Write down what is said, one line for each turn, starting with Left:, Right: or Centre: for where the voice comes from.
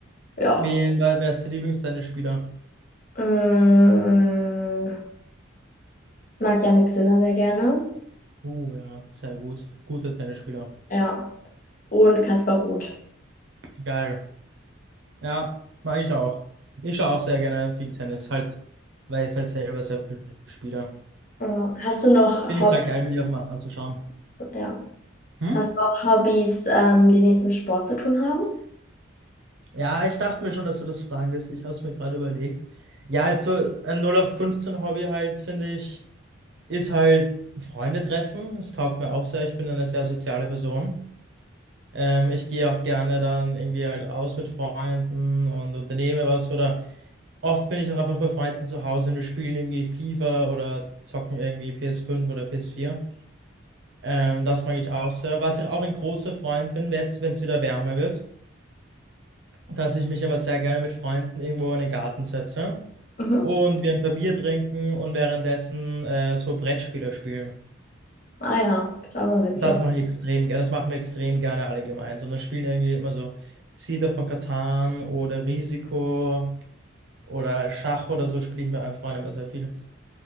Left: Ja.
Right: Wen, wer wer ist der Lieblingstennisspieler?
Left: Mm, mag Jannik Sinner sehr gerne.
Right: Uh, ja, sehr gut. Guter Tennisspieler.
Left: Ja. und Kaspar Ruth.
Right: Geil. Ja, mag ich auch. Ich schaue auch sehr gerne viel Tennis, halt, weil ich halt selber sehr viel spiele.
Left: Ja. Hast du noch
Right: Finde
Left: Hob
Right: ich es halt geil, mir die auch immer anzuschauen.
Left: ja.
Right: Hm?
Left: Hast du auch Hobbys, ähm, die nichts mit Sport zu tun haben?
Right: Ja, ich dachte mir schon, dass du das fragen wirst. Ich habe es mir gerade überlegt. Ja, halt so ein 0815-Hobby halt, finde ich. ist halt Freunde treffen. Das taugt mir auch sehr. Ich bin eine sehr soziale Person. Ähm, ich gehe auch gerne dann irgendwie halt raus mit Freunden und unternehme was. Oder oft bin ich auch einfach bei Freunden zu Hause und wir spielen irgendwie FIFA oder zocken irgendwie ps fünf oder ps vier. Ähm, das mag ich auch sehr. Was ich auch ein großer Freund bin, wenn es wieder wärmer wird, dass ich mich immer sehr gerne mit Freunden irgendwo in den Garten setze
Left: Mhm.
Right: und wir ein paar Bier trinken und währenddessen äh, so Brettspiele spielen.
Left: Ah ja, das ist auch mal witzig.
Right: Das mache ich extrem gerne. Das machen wir extrem gerne alle gemeinsam. Da spielen irgendwie immer so Siedler von Catan oder Risiko oder Schach oder so spiele ich mit meinen Freunden immer sehr viel.